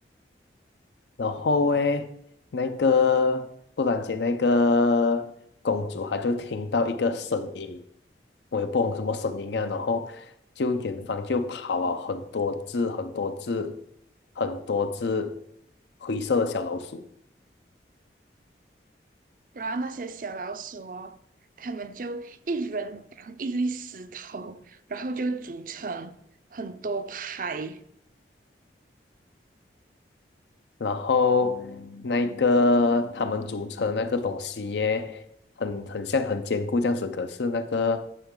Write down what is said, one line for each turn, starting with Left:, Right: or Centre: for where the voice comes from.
Left: 然后诶，那个突然间那个公主她就听到一个声音，我也不懂什么声音啊，然后就远方就跑了很多只很多只很多只灰色的小老鼠。
Right: 然后那些小老鼠哦，他们就一人扛一粒石头，然后就组成很多排。
Left: 然后那个他们组成那个东西耶，很很像很坚固这样子，可是那个